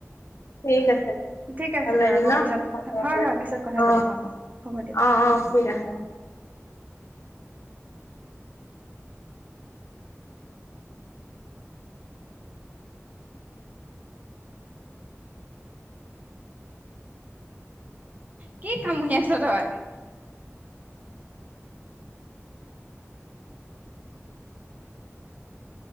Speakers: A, on the left (about 65°); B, on the right (about 35°).
A: ঠিক আছে। দিয়া
B: ঠিক আছে
A: ভাল লাগিল
B: দিয়ক আকৌ
A: ন
B: পিছত
A: হ'ব
B: হয়
A: দিয়া
B: হয় পিছত কথা
A: অ
B: পাতিম আকৌ হ'ব দিয়ক।
A: অ অ ঠিক আছে অ
B: কি কামুহি আছ তই।